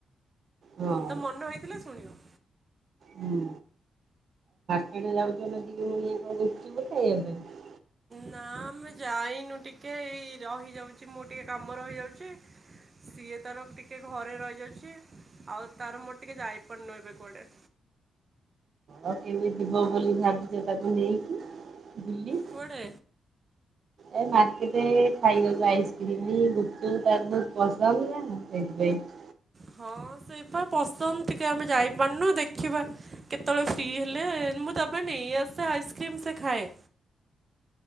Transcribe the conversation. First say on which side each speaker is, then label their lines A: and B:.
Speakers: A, on the right (about 55°); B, on the right (about 30°).
A: ହଁ
B: ତା ମନ ହେଇଥିଲେ ଶୁଣିବ।
A: ହୁଁ। <unintelligible>
B: ନା ଆମେ ଯାଇନୁ ଟିକେ ଏଇ ରହିଯାଉଛି। ମୁଁ ଟିକେ କାମ ରହିଯାଉଛି। ସିଏ ତାର ଟିକେ ଘରେ ରହିଯାଉଛି। ଆଉ ତାର ମୋର ଟିକେ ଯାଇପାରୁନୁ ଏବେ କୁଆଡେ।
A: ଆଉ କେମିତି ଯିବ ବୋଲି ଭାବିଛ, ତାକୁ ନେଇକି ବୁଲି।
B: କୁଆଡେ?
A: ଏ ମାର୍କେଟରେ ଖାଇବାକୁ ଆଇସ୍କ୍ରିମ ଗୁପଚୁପ୍, ତାର ସବୁ ପସନ୍ଦ ନା ସେଇଥିପାଇଁ।
B: ହଁ, ସେଇପା ପସନ୍ଦ ଟିକେ ଆମେ ଯାଇପାରୁନୁ ଦେଖିବା କେତେବେଳେ ଫ୍ରି ହେଲେ ମୁଁ ତା ପାଇଁ ନେଇ ଆସେ ଆଇସ୍କ୍ରିମ, ସେ ଖାଏ।